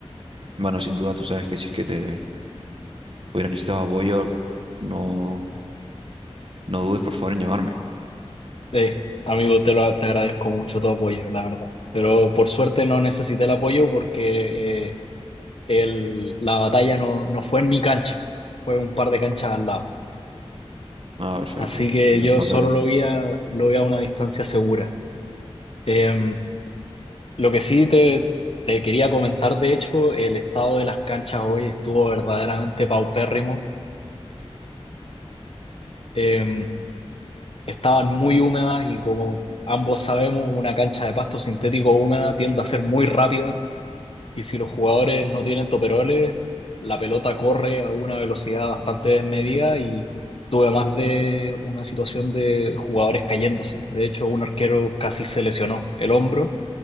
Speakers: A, on the right; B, on the left.
A: bueno, sin duda tú sabes que si es que te hubieras necesitado apoyo, no, no dudes por favor en llamarme.
B: eh, amigo, te lo, te agradezco mucho tu apoyo, la verdad. Pero por suerte no necesité el apoyo porque eh, el, la batalla no, no fue en mi cancha, fue un par de canchas al lado.
A: Ah, perfecto.
B: Así que
A: Otros
B: yo
A: papeles.
B: solo lo vi a, lo vi a una distancia segura. Eh, lo que sí te, te quería comentar, de hecho, el estado de las canchas hoy estuvo verdaderamente paupérrimo. Eh, estaban muy húmedas y como ambos sabemos, una cancha de pasto sintético húmeda tiende a ser muy rápida Y si los jugadores no tienen toperoles, la pelota corre a una velocidad bastante desmedida y tuve más de una situación de jugadores cayéndose. De hecho, un arquero casi se lesionó el hombro